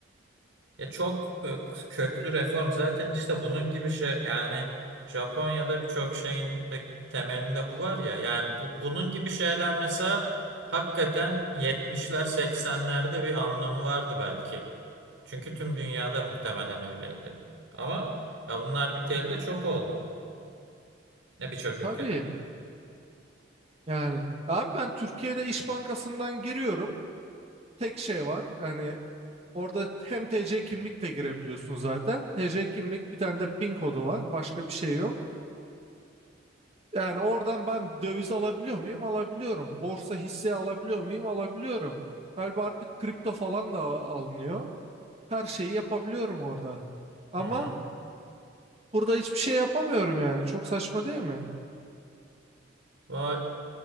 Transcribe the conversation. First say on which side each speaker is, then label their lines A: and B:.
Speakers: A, on the right; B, on the right.
A: Ya çok e, köklü reform zaten işte bunun gibi şey yani Japonya'da birçok şeyin de temelinde bu var ya yani bu, bunun gibi şeyler mesela hakikaten 70'ler 80'lerde bir anlamı vardı belki. Çünkü tüm dünyada muhtemelen öyleydi. Ama ya bunlar biteli de çok oldu. Ya birçok ülkede.
B: Tabii. Yani abi ben Türkiye'de İş Bankası'ndan giriyorum. Tek şey var. Yani orada hem TC kimlikle girebiliyorsun zaten. TC kimlik bir tane de PIN kodu var. Başka bir şey yok. Yani oradan ben döviz alabiliyor muyum? Alabiliyorum. Borsa hisse alabiliyor muyum? Alabiliyorum. Galiba artık kripto falan da alınıyor. Her şeyi yapabiliyorum orada. Ama
A: Hı hı.
B: burada hiçbir şey yapamıyorum yani. Çok saçma değil mi?
A: Vay,